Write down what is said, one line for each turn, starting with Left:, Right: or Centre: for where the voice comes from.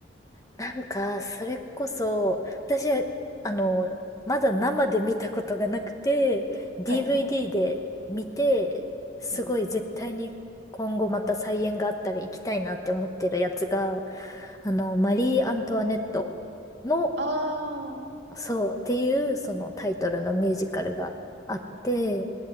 Left: なんか、それこそ、私は、あの、まだ生で見たことがなくて、DVD
Right: はい。
Left: で見て、すごい絶対に今後また再演があったら行きたいなって思ってるやつが、
Right: おー
Left: あの、マリー・アントワネットの
Right: あー、
Left: そうっていうそのタイトルのミュージカルがあって、